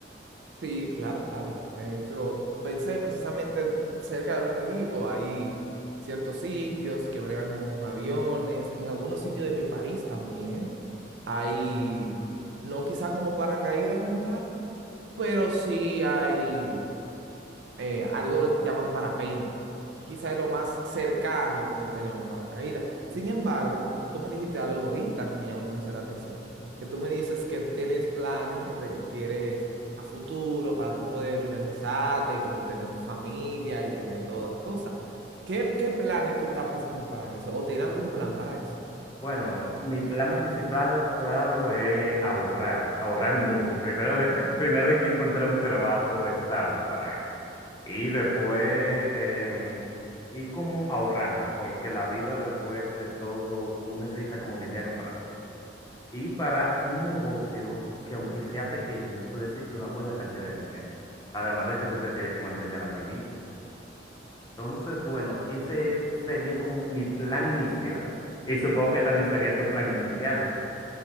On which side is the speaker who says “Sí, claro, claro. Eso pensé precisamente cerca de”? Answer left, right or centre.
Right